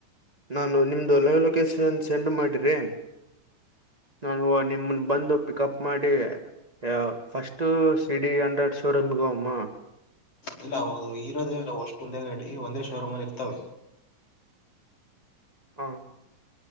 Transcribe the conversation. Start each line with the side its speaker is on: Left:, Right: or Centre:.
Right: ನಾನು ನಿಮ್ದು ಲೈವ್ ಲೊಕೇಶನ್ನ್ ಸೆಂಡ್ ಮಾಡಿರಿ ನಾನು ನಿಮ್ ನ ಬಂದು ಪಿಕಪ್ ಮಾಡಿ ಯಾವು ಫಸ್ಟ್ ಸಿಡಿ ಹಂಡ್ರೆಡ್ ಶೋರೂಮ್ಗ ಅಮ್ಮ
Left: ಇಲ್ಲ ಅವ್ರುದು ಇರೋದೇ ಅವು ಒಷ್ಟೊಂದವೆ ಗಡಿ ಒಂದೇ ಶೋರೂಮ್ ಅಲ್ಲಿ ಇರ್ತವೆ
Right: ಹಾ